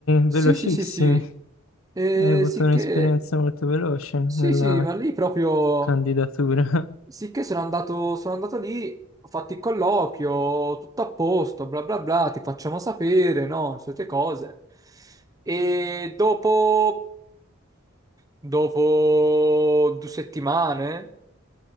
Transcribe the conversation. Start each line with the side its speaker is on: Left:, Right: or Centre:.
Right: Sì,
Left: velocissimi.
Right: sì, sì, sì. Eh,
Left: Hai avuto
Right: sicché,
Left: un'esperienza molto veloce
Right: sì,
Left: nella
Right: sì, ma lì proprio,
Left: candidatura. <laughs>
Right: sicché sono andato, sono andato lì, ho fatto il colloquio, tutto a posto, bla bla bla, ti facciamo sapere, no? Le solite cose. E dopo, dopo due settimane,